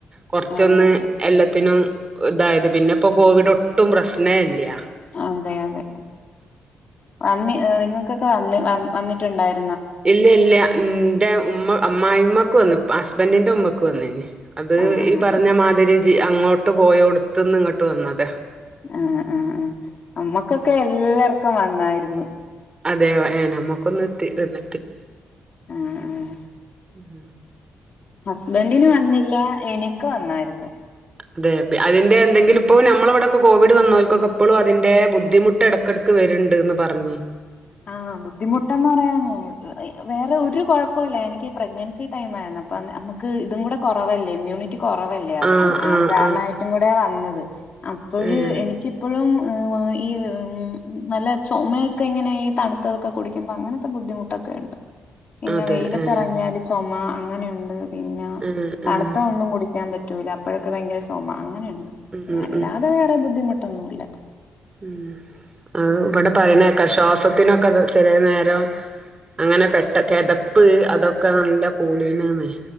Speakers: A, on the right (about 25°); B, on the left (about 45°).
A: കുറച്ചൊന്ന്
B: അതെ അതെ
A: എല്ലത്തിനും തായത് പിന്നെ ഇപ്പോ കോവിഡോട്ടും പ്രശ്നേല്ല്യ
B: അതെ അതെ വന്നി ഹ് ങ്ങക്കൊക്കെ അന്ന്‌ വാ വന്നിട്ടുണ്ടായിരു
A: ഇല്ലെ ഇല്ല ഇന്റെ ഉമ്മ ഹ് അം മ്മായിയമ്മക്ക് വന്ന്പ്പ ഹസ്ബന്റിന്റെ ഉമ്മക്ക് വന്നീനി. അത്
B: ആഹ്
A: ഈ
B: ആഹ്
A: പറഞ്ഞ മാതിരി ജ് അങ്ങോട്ട് പോയോട്ത്ത്ന്ന് ഇങ്ങട്ട് വന്നത
B: എഹ് എഹ് എഹ് നമ്മക്കൊക്കെ എല്ലാർക്കും വന്നായിരുന്നു
A: അതെ ഏഹ് നമുക്കൊന്നും എത്തി എത്
B: എഹ് എഹ്
A: ഉം
B: ഹസ്ബൻഡിന് വന്നില്ല. എനക്ക് വന്നായ്രുന്നു.
A: അതേബ്യ അതിന്റെ എന്തെങ്കിലും പ്പോൾ നമ്മളെ ഇവടൊ കോവിഡ് വന്നോൽക്കൊക്കെ ഇപ്പളും അതിന്റെ ബുദ്ധിമുട് ഇടക്കിടക്ക് വരുണ്ട് എന്ന് പറഞ്ഞു.
B: ആഹ് ബുദ്ധിമുട്ടെന്ന് പറയാന്. വേറെ ഒരു കൊഴപ്പമില്ല എനിക്ക് പ്രെഗ്നൻസി ടൈം ആയിരുന്നു, അപ്പൊ നമുക്ക് ഇതും കൂടെ കുറവല്ലേ ഇമ്മ്യൂണി റ്റി കുറവല്ലേ അത്
A: ആഹ് ആഹ്
B: അത് കാരണമായിട്ടും
A: ആഹ്
B: കൂടെയ വന്നത്. അപ്പോഴ
A: ആഹ്
B: എനിക്ക് എനിക്കിപ്പോഴും. <unintelligible> നല്ല ചുമയൊക്കെ ഇങ്ങനെയും. തണുത്തതൊക്കെ കുടിക്കുമ്പൊ അങ്ങനത്തെ ബുദ്ധിമുട്ടൊക്കെ ഉണ്ട്. പിന്നെ
A: അതെ
B: വെയിലത്തിറങ്ങിയാല്
A: ആഹ്
B: ചുമ. അങ്ങനെയുണ്ട് ഇത് പിന്നെ
A: ആഹ്
B: തണുത്ത
A: ആഹ്
B: ഒന്നും കുടിക്കാൻ പറ്റ പറ്റൂല അപ്പോഴൊക്കെ ഭയങ്കര ചുമ അങ്ങനെയുണ്ട്.
A: ഉം
B: അല്ലാതെ വേറെ ബുദ്ധിമുട്ട്. ഒന്നുല്ല
A: ഉം അത് ഇവിടെ പറയണ കേക്കാം ശ്വാസ ഇതു ഒക്കെ ചിലനേരം അങ്ങനെ പെട്ട കെതപ്പ് അതൊക്കെ നല്ല കൂടീനൂന്നെ.